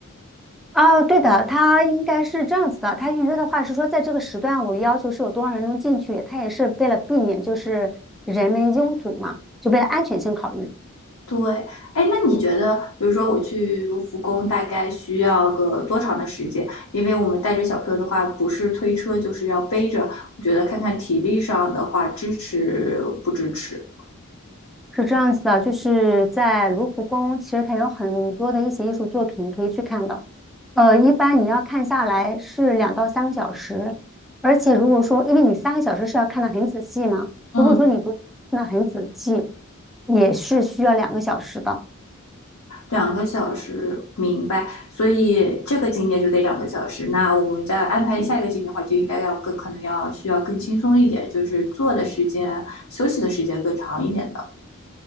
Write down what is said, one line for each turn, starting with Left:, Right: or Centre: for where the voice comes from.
Centre: 哦，对的，它应该是这样子的。它预约的话是说，在这个时段，我要求是有多少人能进去，它也是为了避免就是人们拥堵嘛，就为了安全性考虑，
Left: 对，哎，那你觉得，比如说我去卢浮宫，大概需要个多长的时间？因为我们带着小朋友的话，不是推车就是要背着，我觉得看看体力上的话，支持不支持？
Centre: 是这样子的。就是在卢浮宫，其实它有很多的一些艺术作品可以去看的。呃，一般你要看下来是两到三个小时，而且如果说因为你三个小时是要看得很仔细嘛，
Left: 嗯。
Centre: 如果说你不看得很仔细，也是需要两个小时的。
Left: 两个小时，明白。所以这个景点就得两个小时。那我们再安排下一个景点的话，就应该要更可能要需要更轻松一点，就是坐的时间、休息的时间更长一点的。